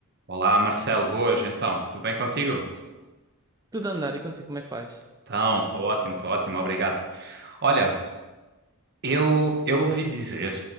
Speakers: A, on the right; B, on the right.
A: Olá, Marcelo, boas, então, tudo bem contigo?
B: Tudo a andar e contigo, como é que faz?
A: Então, estou ótimo, estou ótimo, obrigado. Olha, eu, eu ouvi dizer